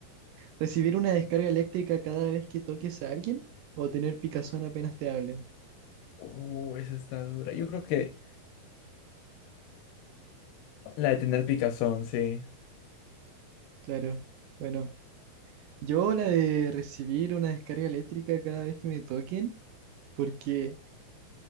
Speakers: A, on the right (about 75°); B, on the left (about 85°).
A: ¿recibir una descarga eléctrica cada vez que toques a alguien o tener picazón apenas te hablen?
B: Uh, esa está dura. Yo creo que la de tener picazón, sí.
A: Claro, bueno, yo la de recibir una descarga eléctrica cada vez que me toquen, porque